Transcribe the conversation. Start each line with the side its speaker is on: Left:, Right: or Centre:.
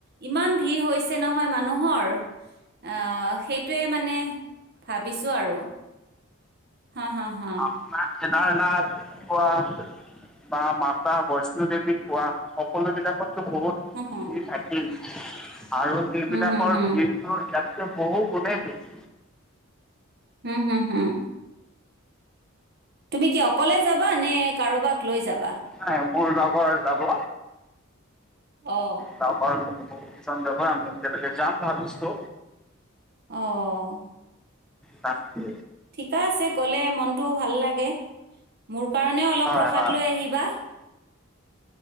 Right: ইমান ভিৰ হৈছে নহয় মানুহৰ, আহঁ সেইটোৱে মানে ভাবিছোঁ আৰু হা হা হা।
Centre: তাত কেদাৰনাথ কোৱা বা মাতা বৈষ্ণো দেৱী পোৱা বা সকলো বিলাকতো বহুত
Right: হু হু
Centre: ভিৰ থাকেই আৰু জিবিলাকৰ
Right: হুম হুম হুম
Centre: ভিৰ তোৰ ইয়াতকৈ বহুগুণে বেছি।
Right: হম হুম হুম। তুমি কি অকলে যাবা নে কাৰোবাক লৈ যাবা?
Centre: নাই মোৰ লগৰ যাব।
Right: অহ।
Centre: তাপা বহুত কিজন যাব আমি একেলগে যাম ভাবিছো।
Right: অহ।
Centre: তাকে
Right: ঠিকা আছে গ'লে মনটো ভাল লাগে মোৰ কাৰণেও অলপ
Centre: হয়
Right: প্ৰসাদ
Centre: হয়
Right: লৈ আহিবা।